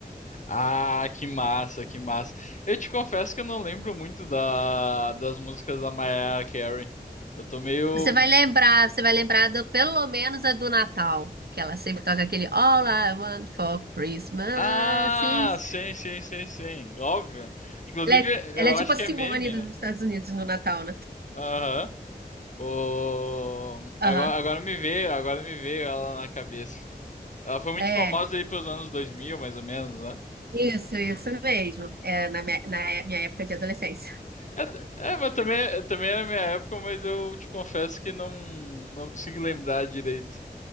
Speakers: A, on the left (about 50°); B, on the right (about 75°).
A: Ah, que massa, que massa. Eu te confesso que eu não lembro muito da, das músicas da Mariah Carey. Eu tô meio...
B: Você vai lembrar, você vai lembrar do- pelo menos a do Natal, que ela sempre toca aquele All I want for Christmas
A: Ah,
B: is...
A: sim, sim, sim, sim, óbvio. Inclusive,
B: Ela é, ela
A: eu
B: é tipo
A: acho
B: a
A: que
B: Simone
A: é meme,
B: dos
A: né?
B: Estados Unidos no Natal, né?
A: Aham. O...
B: Aham,
A: Agora, agora me veio, agora me veio ela na cabeça. Ela foi muito
B: é.
A: famosa ali pelos anos 2000 mais ou menos, né?
B: Isso, isso mesmo. É, na minha, na minha época de adolescência.
A: É, é, mas também, também era minha época, mas eu te confesso que não, não consigo lembrar direito.